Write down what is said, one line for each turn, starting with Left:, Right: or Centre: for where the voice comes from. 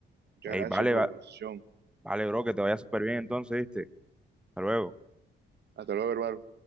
Right: Muchas
Centre: Ey,
Right: gracias
Centre: vale,
Right: por
Centre: va-
Right: la conversación.
Centre: vale, bro, que te vaya súper bien entonces, ¿viste? Hasta luego.
Right: Hasta luego, hermano.